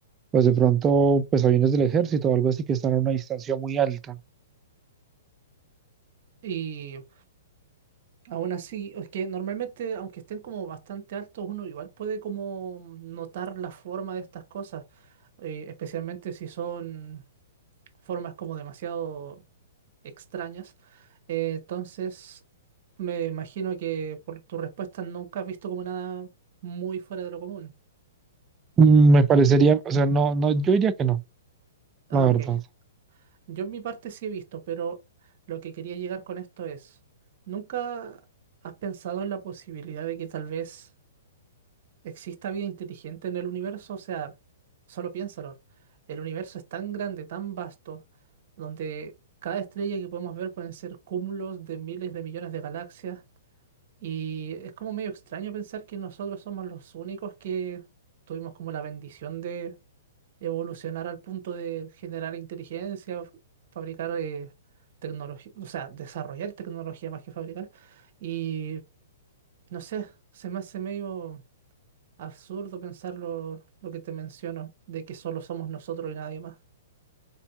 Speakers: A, on the right; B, on the right.
A: pues de pronto, pues aviones del ejército o algo así que están a una distancia muy alta.
B: Y aún así, es que normalmente aunque estén como bastante altos, uno igual puede como notar la forma de estas cosas, eh, especialmente si son formas como demasiado extrañas. Eh, entonces, me imagino que por tu respuesta nunca has visto como nada muy fuera de lo común.
A: Mm, Me parecería, o sea, no, no, yo diría que no,
B: Ah,
A: la verdad.
B: ok. Yo en mi parte sí he visto, pero lo que quería llegar con esto es, ¿nunca has pensado en la posibilidad de que tal vez exista vida inteligente en el universo? O sea, solo piénsalo. El universo es tan grande, tan vasto, donde cada estrella que podemos ver pueden ser cúmulos de miles de millones de galaxias Y es como medio extraño pensar que nosotros somos los únicos que tuvimos como la bendición de evolucionar al punto de generar inteligencia, f- fabricar eh, tecnología, o sea, desarrollar tecnología más que fabricar. Y no sé, se me hace medio absurdo pensar lo, lo que te menciono, de que solo somos nosotros y nadie más.